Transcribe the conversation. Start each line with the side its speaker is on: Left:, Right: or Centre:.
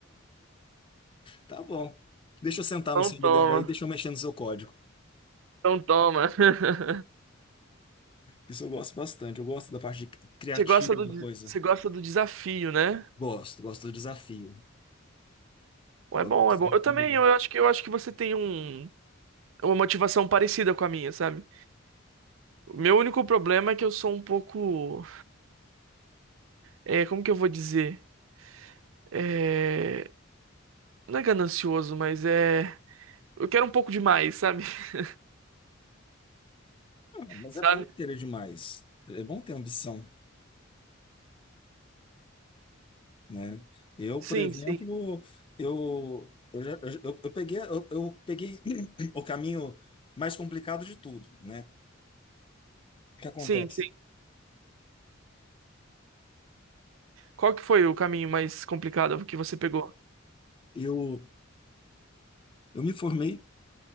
Left: Tá bom. Deixa eu sentar
Right: Então
Left: no seu
Right: toma,
Left: lugar aí, deixa eu mexer no seu código.
Right: então toma. <laughs>
Left: Isso eu gosto bastante. Eu gosto da parte de criativa
Right: Você gosta do,
Left: da coisa.
Right: você gosta do desafio, né?
Left: Gosto, gosto do desafio.
Right: Pô,
Left: Gosto
Right: É bom,
Left: do desafio.
Right: é bom. Eu também, eu acho que eu acho que você tem um uma motivação parecida com a minha, sabe? O meu único problema é que eu sou um pouco, é, como que eu vou dizer? É, não é ganancioso, mas é, eu quero um pouco demais, sabe? <laughs>
Left: Ah, mas
Right: Sabe?
Left: é bom querer demais. É bom ter ambição. né? Eu,
Right: Sim,
Left: por exemplo,
Right: sim.
Left: eu, eu, já- eu, eu eu peguei, eu, eu peguei <clears throat> o caminho mais complicado de tudo, né? O que acontece?
Right: Sim, sim. Qual que foi o caminho mais complicado que você pegou?
Left: Eu, eu me formei